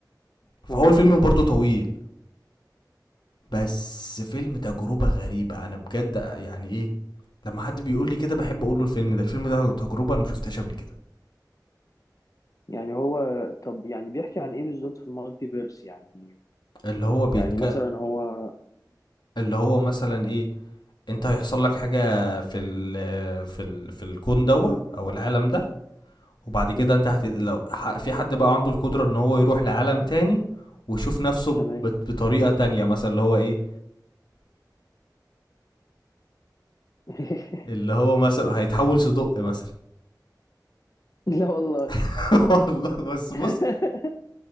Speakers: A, on the left; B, on the left.
A: فهو
B: اه
A: الفيلم برضه طويل بس فيلم تجربة غريبة أنا بجد يعني إيه لما حد بيقول لي كده بحب أقول له الفيلم ده الفيلم ده تجربة أنا مشوفتهاش قبل كده
B: يعني هو طب يعني بيحكي عن ايه بالظبط في المالتي فيرس يعني
A: اللي هو بيتك...
B: يعني مثلا هو
A: اللي هو مثلا ايه انت هيحصل لك حاجه في ال في ال في الكون دوت او العالم ده وبعد كده
B: امم
A: انت هت... لو ح- في حد بقى عنده القدره ان هو يروح لعالم تاني ويشوف نفسه
B: تمام
A: بت- بطريقه تانية مثلا اللي هو ايه
B: <laughs>
A: اللي هو مثلا هيتحول صدق مثلا
B: لا والله
A: <laughs> والله بس
B: <laughs>
A: بص